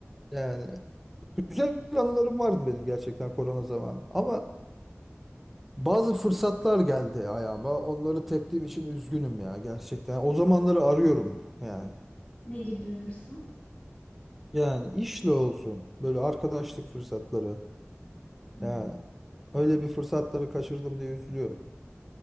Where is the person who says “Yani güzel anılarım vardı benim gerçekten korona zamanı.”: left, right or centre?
Centre